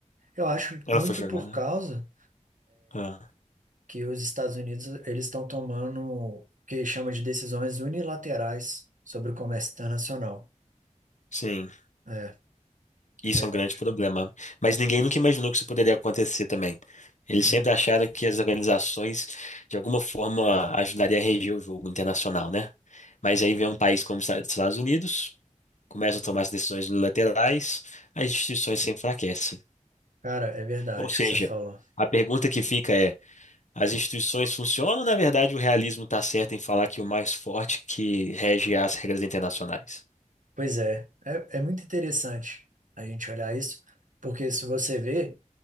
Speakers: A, on the right (about 80°); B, on the left (about 65°).
A: Eu acho
B: Ela
A: muito
B: foi jogada.
A: por causa
B: Ah,
A: que os Estados Unidos eles estão tomando o que chama de decisões unilaterais sobre o comércio internacional.
B: sim.
A: É,
B: Isso
A: é verdade.
B: é um grande problema. Mas ninguém
A: né?
B: nunca imaginou que isso poderia acontecer também. Eles
A: Uhum.
B: sempre acharam que as organizações, de alguma forma, ajudariam a reger o jogo internacional, né? Mas aí vem um país como os Estados Unidos, começa a tomar as decisões unilaterais, as instituições se enfraquecem.
A: Cara, é verdade
B: Ou seja,
A: o que você falou.
B: a pergunta que fica é: as instituições funcionam ou, na verdade, o realismo está certo em falar que o mais forte que rege as regras internacionais?
A: Pois é, é, é muito interessante a gente olhar isso, porque se você vê